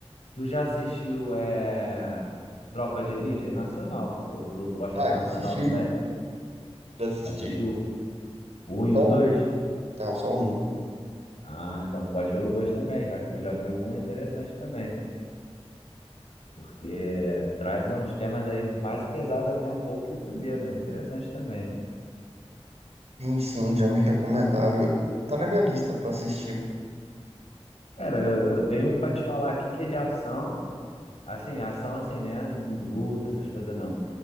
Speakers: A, on the left (about 70°); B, on the right (about 75°).
A: tu já assistiu é, Tropa de Elite? É nacional. Tu, tu, tu gosta
B: Ah,
A: de nacional
B: já assisti,
A: também?
B: já assisti.
A: Assistiu o 1 e
B: Só
A: o 2?
B: um. Não, só um.
A: Ah, então tu pode ver o dois também, já que tu já viu um, é interessante também. porque traz uns temas aí mais pesados até um pouco que o primeiro, né? Interessante também.
B: Sim, sim, já me recomendaram. Tá na minha lista pra assistir.
A: Cara, eu eu tenho um pra te falar aqui que é de ação, assim, ação assim, né? Luta, essas coisas não.